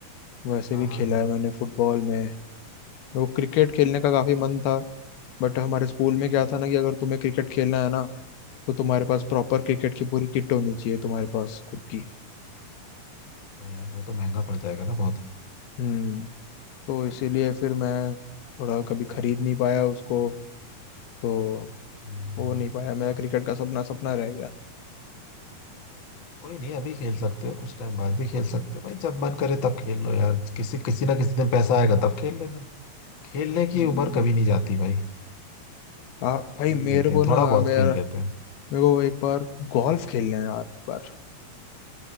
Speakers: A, on the left (about 85°); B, on the left (about 65°).
A: वैसे
B: हाँ
A: भी
B: हाँ
A: खेला
B: हाँ
A: है मैंने फुटबॉल में वो क्रिकेट खेलने का काफी मन था बट हमारे स्कूल में क्या था ना कि अगर तुम्हें क्रिकेट खेलना है ना तो तुम्हारे पास प्रॉपर क्रिकेट की पूरी किट होनी चाहिए तुम्हारे पास खुद की
B: अरे यार वो तो महंगा पड़ जाएगा ना बहुत
A: हम्म तो इसीलिए फिर मैं थोड़ा कभी खरीद नहीं पाया उसको तो
B: हम्म,
A: हो नहीं पाया मेरा क्रिकेट का सपना सपना रह गया
B: कोई नहीं अभी खेल सकते हो कुछ टाइम बाद भी खेल सकते हो भाई जब मन करे तब खेल लो यार किसी किसी ना किसी दिन पैसा आएगा तब खेल लेना खेलने
A: हम्म
B: की उम्र कभी नहीं जाती भाई
A: आ
B: सब
A: भाई
B: खेल
A: मेरे
B: लेते
A: को
B: हैं
A: ना
B: थोड़ा बहुत
A: मेरा
B: खेल लेते हैं
A: मेरे को एक बार गोल्फ खेलना है यार एक बार